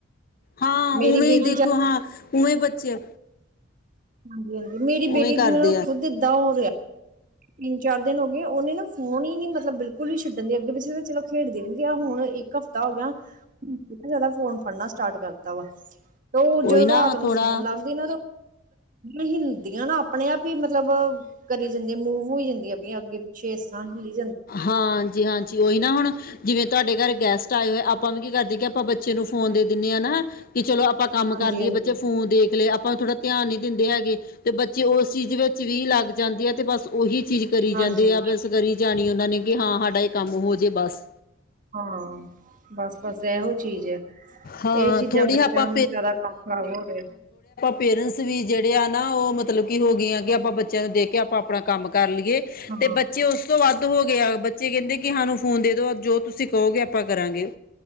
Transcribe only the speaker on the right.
ਮੇਰੀ
ਬੇਟੀ
ਜਾ
ਹਾਂਜੀ-ਹਾਂਜੀ ਮੇਰੀ
ਬੇਟੀ
ਨਾ
ਖੁੱਦ ਦਾ ਹੋ ਰਿਆ ਤਿੰਨ ਚਾਰ ਦਿਨ ਹੋ ਗਏ ਓਨੇ ਨਾ ਫੋਨ ਈ ਨੀ ਮਤਲਬ ਬਿਲਕੁੱਲ ਈ ਛੱਡਣ ਦੀ ਅੱਗੇ ਪਿੱਛੇ ਤਾਂ ਚਲੋ ਖੇਡਦੇ ਹੁਣ ਇੱਕ ਹਫ਼ ਤਾ ਹੋ ਗਿਆ ਜਾਦਾ ਫੋਨ ਫੜਨਾ ਸਟਾਰਟ ਕਰਤਾ ਵਾ ਤੇ ਓ ਜਦੋ
ਰਾਤ ਨੂੰ
ਸੋਣ ਲੱਗਦੀ ਨਾ ਤੇ ਹਿੰਲਦੀਆਂ ਨਾ ਆਪਣੇ ਆਪ ਈ ਮਤਲਬ ਕਰੀ ਜਾਂ ਤੇ ਮੂਵ ਹੋਈ ਜਾਂਦੀਆਂ ਪਈਆ ਅੱਗੇ ਪਿੱਛੇ ਇਸ ਤਰ੍ਹਾਂ ਹਿਲੀ
ਹਾਂਜੀ
ਹਾਂਜੀ
ਹਾਂਜੀ
ਹਾਂ ਬਸ ਬਸ ਇਹੋ ਚੀਜ਼ ਹੈ
ਇਹ ਚੀਜ਼ਾਂ
ਬੱਚਿਆਂ
ਨੂੰ ਜਿਆਦਾ ਕੰਮ ਖ਼ਰਾਬ ਹੋ ਰਿਹਾ
ਹਾਂ